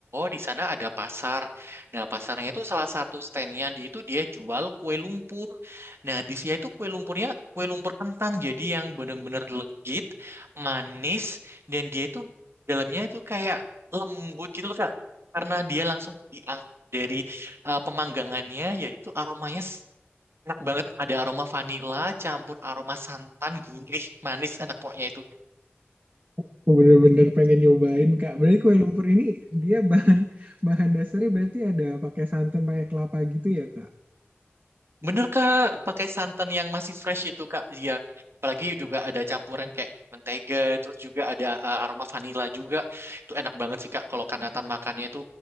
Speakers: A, on the right; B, on the right.
A: di sana ada pasar. Nah, pasarnya itu salah satu standnya di itu dia jual kue lumpur. Nah, di sini itu kue lumpurnya kue lumpur kentang, jadi yang bener-bener legit, manis, dan dia itu dalamnya itu kayak lembut gitu loh, Kak. Karena dia langsung diangkat dari eh, pemanggangannya yaitu aromanya s- enak banget ada aroma vanila campur aroma santan gurih manis enak pokoknya itu
B: Aku bener-bener pengen nyobain Kak. Berarti kue lumpur ini dia bahan bahan dasarnya berarti ada pakai santan, pakai kelapa gitu ya Kak?
A: bener kak pakai santan yang masih fresh itu kak iya apalagi juga ada campuran kayak mentega terus juga ada eh, aroma vanila juga itu enak banget sih kak kalau kanatan makannya itu